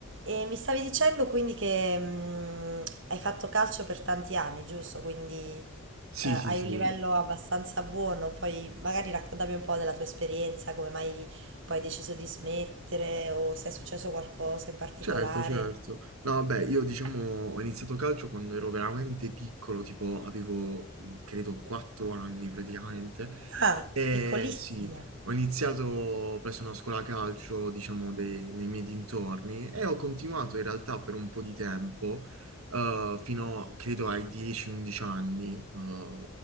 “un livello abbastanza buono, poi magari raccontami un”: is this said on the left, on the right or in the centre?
Right